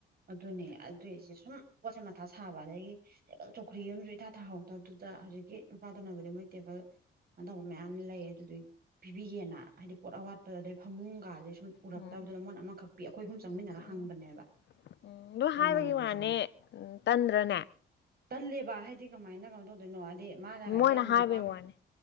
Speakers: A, on the right; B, on the left.
A: ꯑꯗꯨꯅꯦ ꯑꯗꯨꯏꯁꯦ ꯁꯨꯝ ꯄꯣꯠꯆꯩ ꯃꯊꯥ ꯁꯥꯕ ꯑꯗꯒꯤ ꯇꯦꯕꯜ ꯆꯧꯈ꯭ꯔꯤ ꯑꯃꯁꯨ ꯏꯊꯥ ꯊꯥꯍꯧꯗꯕꯗꯨꯗ ꯍꯧꯖꯤꯛꯀꯤ ꯅꯨꯄꯥꯗꯨꯅꯕꯨꯗꯤ ꯃꯣꯏ ꯇꯦꯕꯜ ꯑꯧꯕ ꯃꯌꯥꯝ ꯂꯩ ꯑꯗꯨꯗꯩ ꯄꯤꯕꯤꯒꯦꯅ ꯍꯥꯏꯗꯤ ꯄꯣꯠ ꯑꯋꯥꯠꯄꯗ ꯑꯗꯩ ꯐꯃꯨꯡꯒꯥꯁꯦ ꯎꯔꯛꯇꯕꯗꯨꯗ
B: ꯎꯝ
A: ꯃꯣꯟ ꯑꯃꯈꯛ ꯄꯤ ꯑꯩꯈꯣꯏ ꯑꯍꯨꯝ ꯆꯪꯃꯤꯟꯅꯔ
B: ꯎꯝ
A: ꯍꯪꯕꯅꯦꯕ
B: ꯎꯝ ꯑꯗꯨꯣ
A: ꯑꯩ
B: ꯍꯥꯏꯕꯒꯤ
A: ꯏꯃꯥꯟꯅꯕꯤꯁꯤꯅꯦ
B: ꯋꯥꯅꯦ ꯇꯟꯗ꯭ꯔꯅꯦ
A: ꯇꯜꯂꯦꯕ ꯍꯥꯏꯗꯤ ꯀꯃꯥꯏꯅ ꯀꯩꯅꯣ ꯇꯧꯗꯣꯏꯅꯣ ꯍꯥꯏꯗꯤ ꯃꯥꯅ ꯍꯥꯏꯗꯤ
B: ꯃꯣꯏꯅ
A: ꯌꯥꯝ
B: ꯍꯥꯏꯕꯩ
A: ꯃꯨꯄꯥꯛ
B: ꯋꯥꯅꯤ